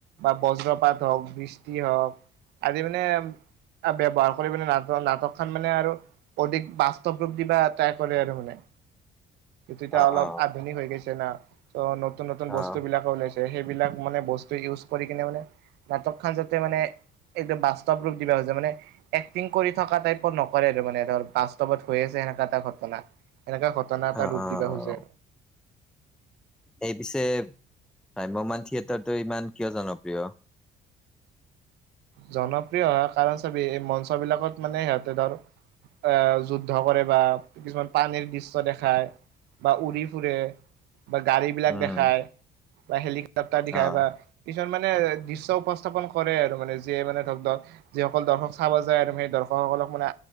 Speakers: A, on the right; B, in the centre.
A: বা ব্ৰজপাত হওঁক, বৃষ্টি হওঁক, আজি মানে ব্যৱহাৰ কৰি পিনে নাট-নাটকখন মানে আৰু অধিক বাস্তৱ ৰূপ দিবা ট্ৰাই কৰে আৰু মানে।
B: <inaudible>
A: যেতিয়া অলপ
B: অ',
A: আধুনিক হৈ গৈছে না, ত' নতুন নতুন
B: অ'।
A: বস্তু বিলাকো ওলাইছে সেইবিলাক মানে বস্তু ইউজ কৰি কিনে মানে নাটকখন যাতে মানে একদম বাস্তৱ ৰূপ দিবা খুঁজে, মানে এক্টিং কৰি থকা টাইপৰ নকৰে আৰু মানে, ধৰ বাস্তৱত হৈ আছে সেনেকুৱা এটা ঘটনা। এনেকুৱা ঘটনা এটা
B: অ',
A: ৰূপ
B: অ',
A: দিব খুঁজে।
B: অ', এই পিছে, ভ্ৰাম্যমান থিয়েটাৰটো ইমান কিয় জনপ্ৰিয়?
A: জনপ্ৰিয় হোৱাৰ কাৰণ চাবি, এই মঞ্চ বিলাকত মানে সিহঁতে ধৰ আ যুদ্ধ কৰে বা কিছুমান পানীৰ দৃশ্য দেখায় বা উৰি ফুৰে বা গাড়ী বিলাক
B: উম,
A: দেখায় বা হেলিকপ্তাৰ দেখায়
B: অ'।
A: বা কিছুমান মানে দৃশ্য উপস্থাপন কৰে আৰু মানে যিয়ে মানে ধৰক-ধৰ, যিসকল দৰ্শক চাব যায় আৰু সেই দৰ্শকসকলক মানে